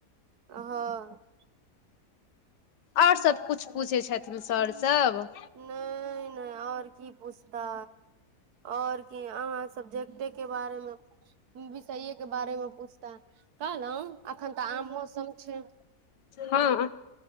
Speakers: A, on the right; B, on the left.
A: हँ
B: आओर सबकछ पूछै छथिन सर सब
A: नहि नहि ओर की पूछता ओर की अहाँ सब्जेक्टे के बारेमे विषयेके बारेमे पूछता कहलहुँ अखन तऽ आम मौसम छै
B: हँ